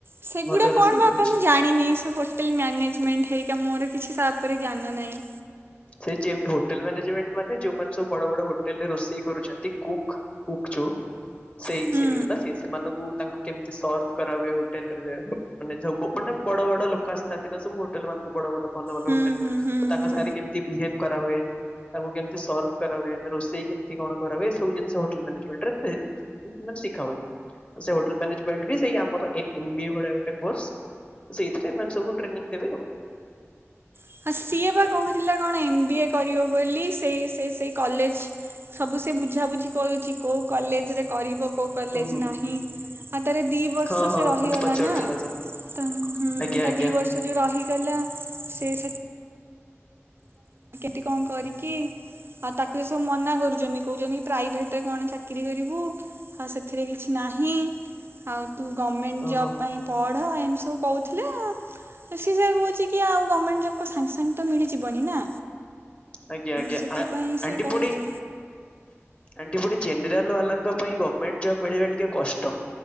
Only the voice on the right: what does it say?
ସେଗୁଡା
କଣ
ବାପା
ମୁଁ ଜାଣିନି ସେ ହୋଟେଲ ମ୍ୟାନେଜମେଣ୍ଟ ହେଇକା ମୋର କିଛି ତା ଉପରେ ଜ୍ଞାନ ନାହିଁ।
ହୁଁ
ହୁଁ
ହୁଁ
ହୁଁ
ହୁଁ।
ଆଉ ସିଏ ବା କହୁଥିଲା କଣ ଏମ ବି ଏ କରିବ ବୋଲି ସେଇ ସେଇ ସେଇ କଲେଜ ସବୁ ସେ ବୁଝାବୁଝି କରୁଛି କୋଉ କଲେଜରେ କରିବ କୋଉ କଲେଜ
ନାହିଁ। ହାତରେ ଦି ବର୍ଷ
ସେ ରହିଗଲା
ନା।
ତ ହୁଁ
ତ
ଦି ବର୍ଷ ଯୋଉ ରହିଗଲା ସେ ସେ ତି କଣ କରିକି ଆଉ ତାକୁ ଏ ସବୁ ମନା କରୁଚନି କହୁଚନ୍ତି କି ପ୍ରାଇଭେଟରେ କଣ ଚାକିରୀ କରିବୁ ଆଉ ସେଥିରେ କିଛି ନାହିଁ ଆଉ ତୁ ଗର୍ମେଣ୍ଟ
ଜବ୍ ପାଇଁ ପଢ ଏମତି ସବୁ କହୁଥିଲେ ସି ସେୟା କହୁଚି କି ଆଉ ଗମେଣ୍ଟ ଜବ କ ସାଙ୍ଗେ ସାଙ୍ଗେ ତ ମିଳି ଜିବନି ନା।
ସେଥିପାଇଁ
ସେ
କହୁଛି